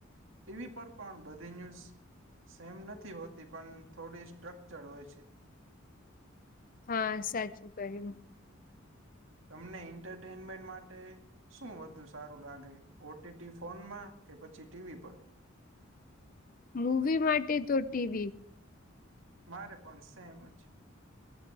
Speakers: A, on the right; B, on the left.
A: ટીવી પર પણ બધી ન્યુઝ. સેમ નથી હોતી પણ થોડી સ્ટ્રક્ચર હોય છે.
B: હા સાચું કર્યું.
A: તમને એન્ટરટેનમેન્ટ માટે. શું વધુ સારું લાગે ઓટીટી ફોનમાં કે પછી ટીવી પર.
B: મૂવી માટે તો ટીવી.
A: મારે પણ સેમ છે.